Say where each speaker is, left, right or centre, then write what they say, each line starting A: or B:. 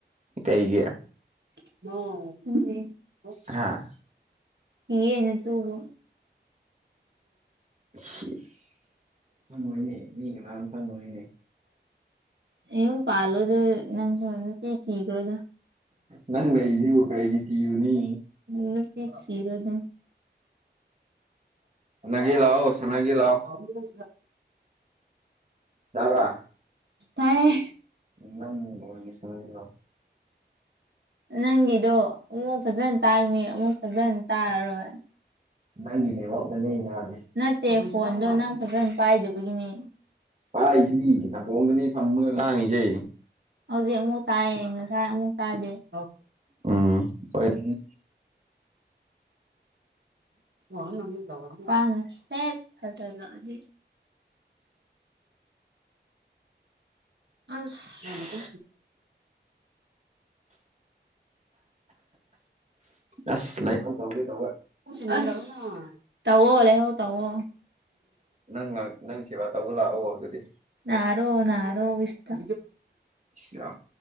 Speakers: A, on the right (about 40°); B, on the right (about 70°).
A: ꯀꯩꯒꯤ
B: <unintelligible>
A: ꯍꯥꯥ
B: ꯌꯦꯅꯦ ꯇꯨꯕꯨ
A: <unintelligible> ꯈꯪꯉꯣꯏꯅꯦ ꯃꯤ ꯀꯅꯥꯝ ꯈꯪꯉꯣꯏꯅꯦ
B: ꯌꯨꯝ ꯄꯥꯜꯂꯣꯗ ꯅꯪ ꯁꯨ ꯅꯨꯄꯤ ꯊꯤꯈ꯭ꯔꯣꯗ
A: ꯅꯪ ꯂꯩꯖꯤꯕꯨ ꯀꯩꯒꯤ ꯀꯤꯔꯨꯅꯤ
B: ꯅꯨꯄꯤ ꯊꯤꯔ‌ꯣꯅ
A: ꯁꯅꯒꯦ ꯂꯥꯑꫭ ꯁꯅꯒꯦ ꯂꯥꯑꫭ
B: <inaudible>
A: ꯇꯥꯕ꯭ꯔꯥ
B: ꯇꯥꯏ
A: ꯅꯣꯏꯒꯤ ꯁ <unintelligible>
B: ꯅꯪꯒꯤꯗꯣ ꯑꯃꯨꯛ ꯐꯖꯅ ꯇꯥꯡꯅꯤ ꯑꯃꯨꯛ ꯐꯖꯅ ꯇꯥꯔꯔꯣꯏ
A: ꯅꯪꯒꯤ ꯅꯦꯇꯋꯥꯛ ꯅꯅꯦ ꯌꯥꯗꯦ
B: ꯅꯠꯇꯦ ꯐꯣꯟꯗꯣ ꯅꯪ ꯐꯖꯅ ꯄꯥꯏꯗꯕꯒꯤꯅꯤ
A: ꯄꯥꯏꯔꯤꯁꯤꯗꯤ ꯅꯥꯀꫭꯡꯗꯅꯦ ꯊꯝꯃꯥꯒ ꯉꯥꯡꯏꯖꯦ
B: ꯍꯧꯖꯤꯛ ꯑꯃꯨꯛ ꯇꯥꯏꯌꯦ ꯉꯁꯥꯏ ꯑꯃꯨꯛ ꯇꯥꯗꯦ <inaudible>
A: ꯎꯝ ꯑꯣꯏꯔꯝꯅꯤ
B: ꯄꯥꯡꯉ ꯅ ꯁꯦꯠ ꯊꯥꯖꯜꯂꯛꯑꯗꯤ ꯑꯁꯁ꯭ꯁ
A: ꯑꯁ ꯑꯁ ꯂꯩꯥꯏꯍꯧ ꯇꯧꯒꯦ ꯇꯧꯋ‌ꯦ
B: ꯑꯁ ꯇꯧꯑ‍ꯣ ꯂꯥꯏꯍꯧ ꯇꯧꯑ‌ꯣ
A: ꯅꯪꯂꯛ ꯅꯪ ꯁꯦꯕꯥ ꯇꯧꯕ ꯂꯥꯛꯑꯣ ꯑꯗꯨꯗꯤ
B: ꯅꯔꯣ ꯅꯔꯣ ꯋꯤꯁꯇ
A: ꯁꯤ ꯑ